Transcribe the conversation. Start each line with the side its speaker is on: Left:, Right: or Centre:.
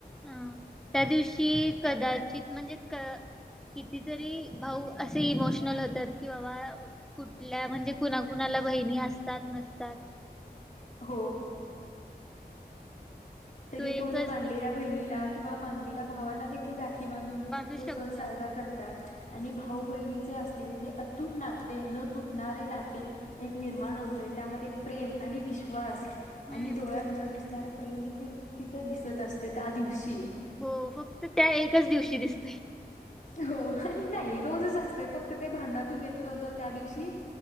Centre: ह त्या दिवशी कदाचित
Left: त्या
Centre: म्हणजे? कितीतरी भाऊ असे इमोशनल होतात कि बाबा. कुठल्या म्हणजे कुणा कुणाला? बहिणी असतात नसतात.
Left: हो. तरी
Centre: तो एकच
Left: कोण मानलेल्या
Centre: दिवस
Left: बहिणीला. नलेल्या भावना देख. बांधून
Centre: बांधू
Left: तो
Centre: शकत
Left: सण साजरा करतात. आणि भाऊ बहिणीचे असलेले हे अतूट नाते न तुटणारे नाते एक निर्माण होतेय त्यामध्ये प्रेम आणि विश्वास. आणि
Centre: हम्म
Left: डोळ्यात न दिसणार. प्रेम. कि तिथं दिसत असते त्या दिवशी.
Centre: हो फक्त त्या एकाच दिवशी दिसत.
Left: हो आणि नाही रोजच असतय फक्त. ते भांडातून व्यक्त होत त्या दिवशी.